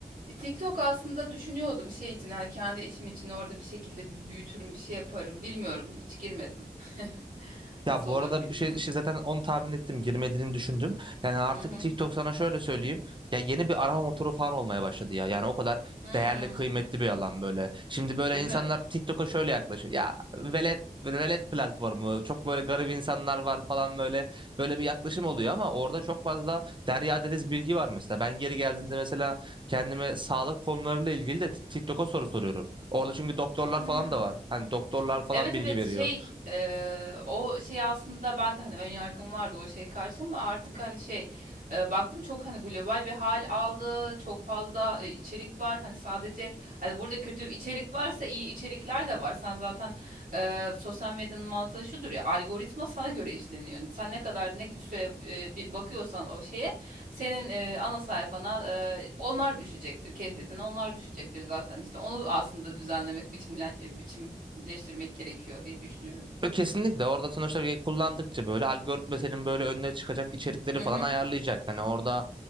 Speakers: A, on the right (about 65°); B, on the right (about 30°).
A: E, TikTok aslında düşünüyordum şey için hani kendi işim için orada bir şekilde bir büyütürüm bir şey yaparım. Bilmiyorum hiç girmedim. <laughs> Nasıl
B: Ya bu
A: olur
B: arada
A: bilmiyorum.
B: bir şey şey zaten onu tahmin ettim girmediğini düşündüm. Yani artık
A: Hı hı.
B: TikTok sana şöyle söyleyeyim. Ya yeni bir arama motoru falan olmaya başladı ya. Yani o kadar
A: Hmm.
B: değerli kıymetli bir alan böyle. Şimdi böyle
A: Değil
B: insanlar
A: mi?
B: TikTok'a şöyle yaklaşıyor. Ya velet velet platformu çok böyle garip insanlar var falan böyle böyle bir yaklaşım oluyor ama orada çok fazla derya deniz bilgi var mesela. Ben geri geldiğinde mesela kendime sağlık konularıyla ilgili de TikTok'a soru soruyorum. Orada çünkü doktorlar
A: Hmm.
B: falan da var. Hani doktorlar falan
A: Evet
B: bilgi
A: evet
B: veriyor.
A: şey eee, o şey aslında ben de hani önyargım vardı o şey karşı ama artık hani şey eee, baktım çok hani global bir hal aldı çok fazla e, içerik var hani sadece hani burada kötü bir içerik varsa iyi içerikler de var sen zaten eee, sosyal medyanın mantığı şudur ya algoritma sana göre işleniyor sen ne kadar ne süre e, bir bakıyorsan o şeye senin e, ana sayfana e, onlar düşecektir keşfetine onlar düşecektir zaten işte onu aslında düzenlemek biçimle, biçim birleştirmek gerekiyor diye düşünüyorum.
B: Ve Kesinlikle orada sonuçta bir kullandıkça böyle algoritma senin böyle önüne çıkacak içerikleri
A: Hı
B: falan
A: hı.
B: ayarlayacak. Hani orada